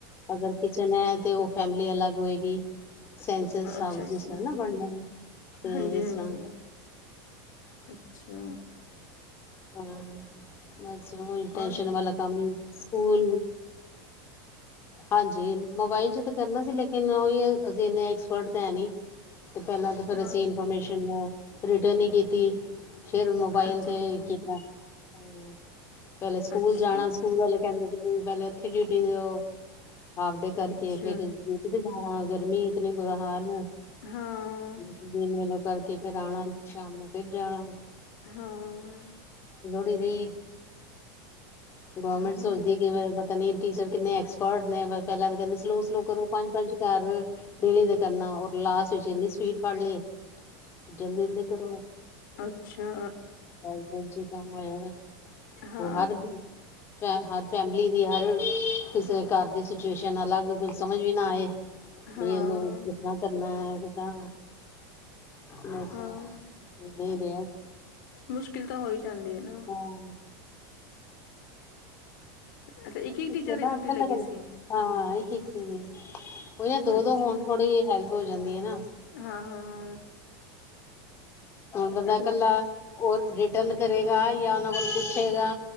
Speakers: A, on the left; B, on the left.
A: ਅਗਰ ਕਿਚਨ ਹੈ ਤੇ ਉਹ ਫੈਮਿਲੀ ਅਲੱਗ ਕੋਏਗੀ <unintelligible> ਸੈਂਸਸ
B: ਅੱਛਾ
A: ਹਾਊਸ
B: ਅੱਛਾ
A: ਜਿਸ ਤਰ੍ਹਾਂ ਨਾ ਬਣੇ ਤੇ
B: ਹਾਂਜੀ
A: ਇਸ
B: ਹਾਂਜੀ
A: ਤਰ੍ਹਾਂ
B: ਅੱਛਾ
A: ਹਮ ਬਸ ਉਹ ਹੀ ਟੈਂਨਸ਼ਨ
B: ਔਰ
A: ਵਾਲਾ ਕੰਮ ਹੈ ਸਕੂਲ
B: ਹ
A: ਹਾਂਜੀ, ਮੋਬਾਇਲ ਚ ਤਾਂ ਕਰਨਾ ਸੀ ਲੇਕਿਨ ਉਹੀ ਇਨੇ ਐਕਸਪਰਟ ਤਾਂ ਹੈ ਨੀ ਤੇ ਪਹਿਲਾਂ ਤਾਂ ਫੇਰ
B: ਹਾਂ
A: ਅਸੀਂ ਇਨਫੋਰਮੇਸ਼ਨ ਰੇ ਨੀ ਕੀਤੀ ਫੇਰ ਮੋਬਾਇਲ
B: ਅੱਛਾ
A: ਤੇ
B: ਅੱਛਾ
A: ਕੀਤਾ ਹਮ ਪਹਿਲੇ ਸਕੂਲ
B: ਅੱਛਾ
A: ਜਾਣਾ ਸਕੂਲ ਵਾਲੇ ਕਹਿੰਦੇ ਪਹਿਲੇ ਉੱਥੇ ਡਿਊਟੀ ਦਿਓ ਹਾ <unintelligible> ਫਡੇ ਕਰਕੇ
B: ਅੱਛਾ
A: ਫੇਰ ਤੇ ਜਾਣਾ ਗਰਮੀ ਇਤਨੀ ਬੁਰਾ ਹਾਲ
B: ਹਾਂ
A: ਦਿਨ ਮਿਲੋ ਕਰਕੇ ਫੇਰ ਆਉਣਾ ਸ਼ਾਮ ਨੂੰ ਫਿਰ ਜਾਣਾ
B: ਹਾਂ
A: ਫਦੀ ਗੌਰਮੈਂਟ
B: ਹਾਂ
A: ਸੋਚਦੀ ਕਿਵੇ ਤਨੀ ਟਿਚਰ ਕਿੰਨੇ ਐਸ੍ ਫੜਨ ਬਸ ਪਹਿਲਾਂ ਤਾਂ ਕਹਿੰਦੇ ਸਲੋਅ ਸਲੋ ਕਰੋ ਪੰਜ-ਪੰਜ ਘਰ ਡੇਲੀ ਦੇ ਕਰਨਾ ਰ ਲਾਸਟ ਵਿੱਚ ਇੰਨੀ ਸਪੀਡ ਫੜ ਲਏ ਜਲਦੀ-ਜਲਦੀ ਕਰੋ
B: ਅੱਛਾ
A: ਜਲਦੀ ਕੰਮ ਹੋਇਆ
B: ਹਾਂ
A: ਹੋ ਹਰ ਵੀ ਫੈ ਹਰ ਫੈਮਿਲੀ ਦੀ ਹਰ ਕਿਸੇ ਘਰ ਦੀ ਸਿਚੁਏਸ਼ਨ ਅਲੱਗ ਕੁਝ ਸਮਝ ਵੀ ਨਾ ਆਏ
B: ਹਾਂ
A: ਵੀ ਇਹਨੂੰ ਕਿਸ ਤਰ ਕਰਨਾ ਕਿਦਾਂ ਏਦਾਂ
B: ਹਾਂ
A: ਹੀ ਰਿਹਾ ਸੀ
B: ਮੁਸ਼ਕਿਲ ਤਾਂ ਹੋਈ ਜਾਂਦੀ ਹੈ ਨਾ
A: ਹਾਂ
B: ਅੱਛਾ
A: ਇੱਕ
B: ਟੀਚਰ ਦੀ
A: ਨਾ
B: ਡਿਊਟੀ
A: ਇਕੱਲਾ
B: ਲੱਗੀ
A: ਕੱ
B: ਸੀ
A: ਹਾਂ ਇੱਕ ਇੱਕ ਉਹ ਦੋ
B: ਅੱਛਾ
A: ਦੋ ਹੋਣ ਥੋੜੇ ਹੈਲਪ ਹੋ ਜਾਂਦੀ ਹੈ ਨਾ
B: ਹਾਂ ਹਾਂ ਹਾਂ
A: ਹੁਣ ਬੰਦਾ
B: ਇਹ
A: ਇਕੱਲਾ
B: ਤਾਂ
A: ਹੋਰ ਰਿਟਰਨ ਕਰੇਗਾ ਜਾਂ ਉਹਨਾਂ ਕੋਲ ਪੁੱਛੇਗਾ